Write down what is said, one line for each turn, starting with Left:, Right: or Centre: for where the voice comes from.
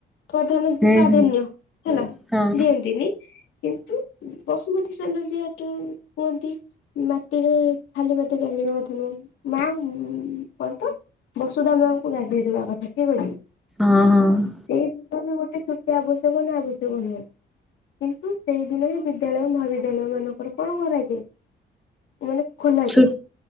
Left: ପ୍ରଧନ
Centre: ହୁଁ
Left: ପ୍ରାଧାନ୍ୟ
Centre: ହୁଁ
Left: ହେଲା
Centre: ହଁ
Left: ଦିଅନ୍ତିନି। କିନ୍ତୁ ବସୁମତୀ ସ୍ନାନ ଯେହେତୁ କୁହନ୍ତି ମାଟିରେ ଖାଲି ପାଦରେ ଚାଲିବା କଥା ନୁହଁ ମାଙ୍କୁ କୁହ ତ ବସୁଧା ମାଙ୍କୁ ଗାଧେଇ ଗାଧୋଇବା କଥା କିଏ କହିଛି ସେଇ
Centre: ହଁ ହଁ
Left: ଦିନ ବି ଗୋଟେ। ଛୁଟି ଆବଶ୍ୟକ ନା ଆବଶ୍ୟକ ନୁହେଁ କିନ୍ତୁ ସେଇଦିନ ହିଁ ବିଦ୍ୟାଳୟ ମହାବିଦ୍ୟାଳୟ ମାନଙ୍କର କଣ କରାଯାଏ। ମାନେ ଖୋଲାଯାଏ
Centre: ଛୁ